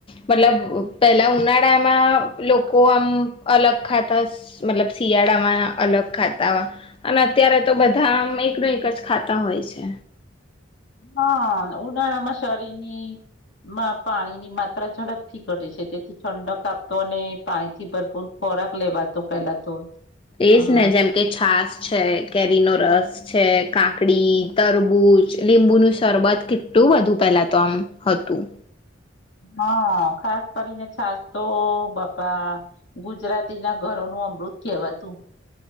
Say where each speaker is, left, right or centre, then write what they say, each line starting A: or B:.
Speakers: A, on the left; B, on the left.
A: મતલબ પેલા ઉનાળામાં લોકો આમ અલગ ખાતા મતલબ શિયાળામાં અલગ ખાતા અને અત્યારે તો બધા આમ એક નું એક જ ખાતા હોય છે
B: હા ઉનાળામાં શરીરની માં પાણીની માત્રા ઝડપથી ઘટે છે તેથી ઠંડક આપતો અને પાણી થી ભરપૂર ખોરાક લેવાતો પેલા તો
A: એજ
B: હમ
A: ને જેમ કે છાસ છે કેરીનોરસ છે કાકડી તરબૂચ લીંબુ નું શરબત કેટલું વધુ પેલા તો આમ હતું
B: હા ખાસ કરીને છાસ તો બાપા ગુજરાતી ના ઘરો નું અમૃત કહેવાતું